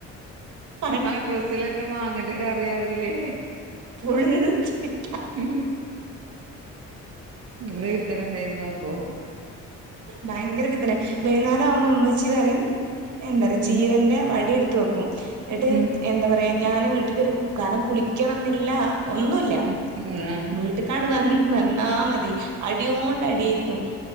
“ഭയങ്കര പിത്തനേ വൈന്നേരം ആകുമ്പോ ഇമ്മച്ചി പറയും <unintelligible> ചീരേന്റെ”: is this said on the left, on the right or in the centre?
Right